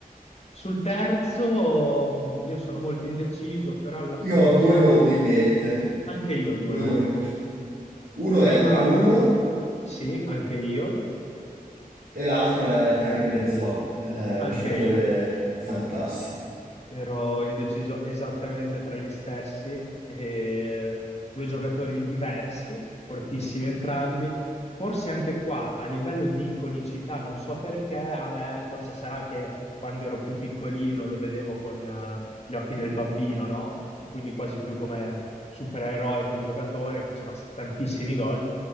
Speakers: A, on the left; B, on the right.
A: Sul terzo, mh, io sono molto indeciso, però alla fine
B: Io ho due nomi in mente.
A: anche io ho due
B: Due
A: nomi.
B: nomi per... Uno
A: Prima,
B: è Raul
A: sì, anche io,
B: e l'altro è Karim Benzema. È un
A: anche
B: giocatore
A: io.
B: fantastico.
A: Ero indeciso esattamente tra gli stessi, e due giocatori diversi, fortissimi entrambi. Forse anche qua, a livello di iconicità, non so perché, a me forse sarà che quando ero più piccolino lo vedevo con eh, gli occhi del bambino, no? Quindi quasi più come supereroe che un giocatore, faceva s- tantissimi gol.